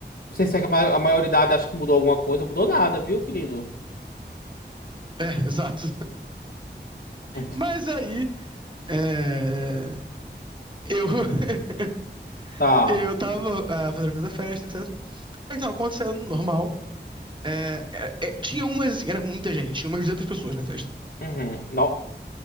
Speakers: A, on the left (about 70°); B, on the right (about 25°).
A: Não sei se é que a ma- a maioridade acha que mudou alguma coisa, mudou nada, viu, querido?
B: É, <laughs> exato.
A: Hum,
B: Mas aí, é, eu, <laughs>
A: Tá.
B: eu tava ah, fazendo toda a festa, etc. Aí tava acontecendo, normal. É, é, é, tinha umas, assim, era muita gente. Tinha umas 200 pessoas na festa.
A: Uhum. Não.